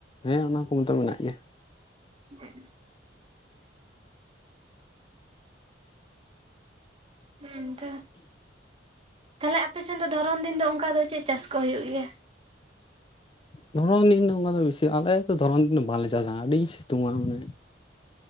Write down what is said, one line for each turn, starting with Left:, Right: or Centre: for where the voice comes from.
Left: ᱦᱮᱸ ᱚᱱᱟ ᱠᱚ ᱢᱚ ᱛᱚ ᱢᱮᱱᱟᱜ ᱜᱮ᱾
Right: ᱢᱮᱫ ᱦᱮᱸ ᱛᱚ ᱛᱟᱦᱞᱮ ᱟᱯᱮᱥᱮᱱ ᱫᱚ ᱫᱷᱚᱨᱚᱱ ᱫᱤᱱ ᱫᱚ ᱚᱱᱠᱟ ᱫᱚ ᱪᱮᱫ ᱪᱟᱥ ᱠᱚ ᱦᱩᱭᱩᱜ ᱜᱮᱭᱟ?
Left: ᱫᱷᱚᱨᱚᱢ ᱫᱤᱱ ᱫᱚ ᱚᱱᱠᱟ ᱫᱚ ᱵᱮᱥᱤ ᱟᱞᱮ ᱫᱷᱚᱨᱚᱢ ᱫᱤᱱ ᱫᱚ ᱵᱟᱞᱮ ᱪᱟᱥᱟ ᱟᱹᱰᱤ ᱥᱤᱛᱩᱝᱼᱟ? ᱢᱟᱱᱮ